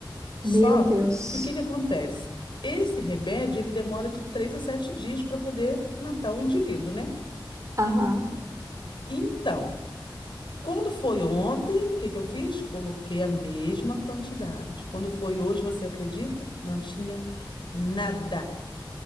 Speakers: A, on the left (about 75°); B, on the right (about 40°).
A: Só
B: Meu Deus.
A: que o que que acontece? Esse remédio, ele demora de 3 a 7 dias para poder matar o indivíduo, né?
B: Aham.
A: Então, quando foi ontem, o que que eu fiz? Coloquei a mesma quantidade. Quando foi hoje, você acredita? Não tinha nada.